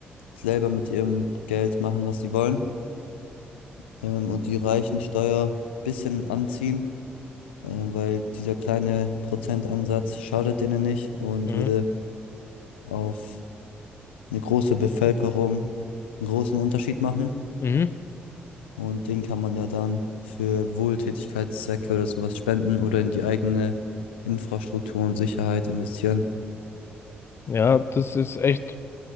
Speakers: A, on the left; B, on the left.
A: selber mit ihrem Geld machen, was sie wollen. Ähm, und die reichen Steuer ein bisschen anziehen, äh, weil dieser kleine Prozentansatz schadet denen nicht und
B: mhm,
A: würde auf eine große Bevölkerung einen großen Unterschied machen.
B: mhm.
A: Und den kann man ja dann für Wohltätigkeitszwecke oder sowas spenden oder in die eigene Infrastruktur und Sicherheit investieren.
B: Ja, das ist echt,